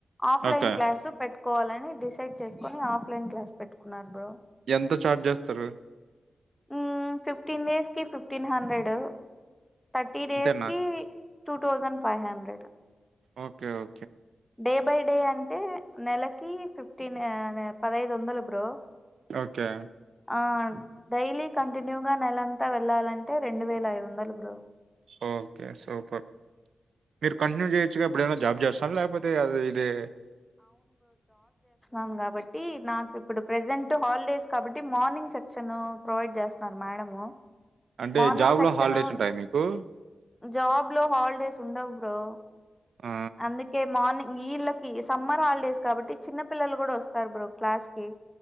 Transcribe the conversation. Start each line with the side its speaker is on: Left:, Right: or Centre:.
Centre: ఆఫ్లైన్
Right: ఓకే.
Centre: క్లాస్ పెట్టు కోవాలని డిసైడ్ చేసుకొని ఆఫ్లైన్ క్లాస్ పెట్టుకున్నారు బ్రో
Right: ఎంత ఛార్జ్ చేస్తారు
Centre: ఉమ్ ఫిఫ్టీన్ డేస్ కి ఫిఫ్టీన్ హండ్రెడ్ థర్టీ డేస్
Right: ఇంతేనా?
Centre: కి two thousand five hundred
Right: okay ఓ
Centre: డే బై డే అంటే నెలకి ఫిఫ్టీన్ పదైదు వందలు బ్రో
Right: ఓకే
Centre: ఆ డైలీ కంటిన్యూగా నెలంతా వెళ్ళాలంటే రెండు వేల ఐదు వందలు బ్రో
Right: ఓకే సూపర్ మీరు కంటిన్యూ చేయొచ్చుగా ఎప్పుడన్నా జాబ్ చేస్తారా లేకపోతే అదె ఇదే
Centre: ం కాబట్టి నాకు ఇప్పుడు ప్రసెంట్ హాలిడేస్ కాబట్టి మార్నింగ్ సెక్షన్ ప్రొవైడ్ చేస్తున్నారు మ్యా మడమో
Right: అంటే
Centre: మార్నింగ్
Right: జాబ్‌లో
Centre: సెక్షన్
Right: హాలిడేస్ ఉంటాయా మీకు?
Centre: జాబ్ లో హాలిడేస్ ఉండవు బ్రో
Right: ఆ
Centre: అందుకే మార్నింగ్ ఈళకి సమ్మర్ హాలిడేస్ కాబట్టి చిన్న పిల్లలు కూడా వస్తారు బ్రో క్లాస్ కి